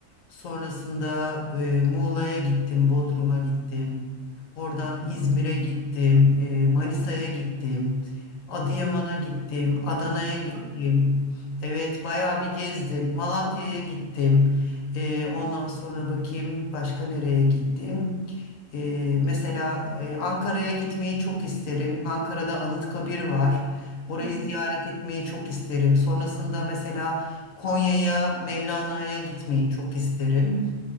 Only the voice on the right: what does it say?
Vay be.
Hı hı.